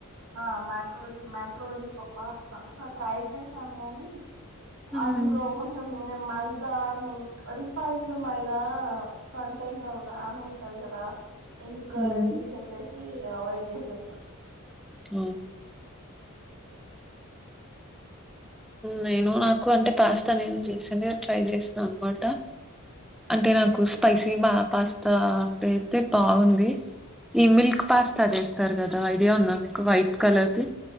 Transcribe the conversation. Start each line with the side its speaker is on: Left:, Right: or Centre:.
Right: ఆ మ్యాక్రోళి మ్యాక్రోళి ప్ పాస్త ఒక్క సరి ట్రై జే సంగని
Centre: హ్మ్
Right: అంద్ లో కొంచం నె మయి రాను రిఫైన్డ్ మై హా కంటెండ్ రాను ఉంటవి కదా ఎందుకు
Centre: హ్మ్
Right: ఆది ఇది చెప్పేసి అవాయిడ్ చేసేస
Centre: అ నేను నాకు అంటే పాస్తా నేను రీసెంట్గా ట్రై చేసినా అనమాట అంటే నాకు స్పైసీ బా పాస్తా అద అయితే బాగుంది ఈ మిల్క్ పాస్తా చేస్తారు కదా ఐడియా ఉందా మీకు వైట్ కలర్ది